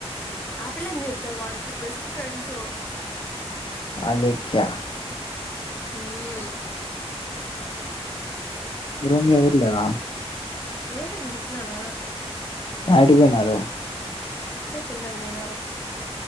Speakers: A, on the left (about 15°); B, on the left (about 50°).
A: ఆ పిల్ల ఎందుకు చెప్తాది వాళ్ళిద్దరు బెస్ట్ ఫ్రెండ్స్.
B: అలేఖ్య.
A: హుమ్.
B: రూములో ఎవరు లేరా.
A: లేరూ అని చెప్పునాన.
B: యాడికిపోయినారు.
A: ఇప్పుడే కిందకు పోయినారు.